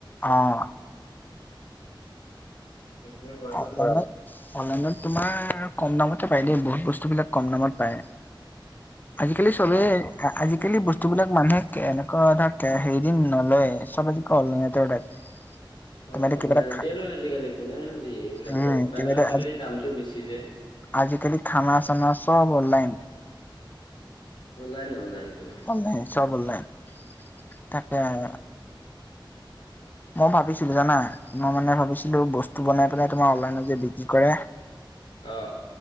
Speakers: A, on the left; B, on the left.
A: অঁ
B: সেইটোৱে কৰা
A: অনলাইনত
B: ভাল
A: অনলাইনত তোমাৰ কম দামতে পায় দেই বহুত বস্তুবিলাক কম দামত পায় আজিকালি চবেই
B: অহ
A: আজিকালি বস্তুবিলাক মানুহে কেনেকুৱা <unintelligible> হেৰি দিন নলয় চব আজিকালি অনলাইনতে অৰ্ডাৰ <inaudible>
B: অ
A: তোমাৰ এতিয়া কিবা
B: অনলাইনতে
A: এটা খা
B: লয় আজিকালি কোনেনো যি এইবিলাক
A: উম
B: অফলাইনত
A: কিবা এটা
B: আজিকালি দামটো বেছি যে
A: আজিকালি খানা চানা চব অনলাইন
B: অনলাইন অনলাইনটো
A: অনলাইন চব অনলাইন তাকে আৰু মই ভাবিছিলো জানা মই মানে ভাবিছিলো বস্তু বনাই পেলাই তোমাৰ অনলাইনত যে বিক্ৰী কৰে।
B: অ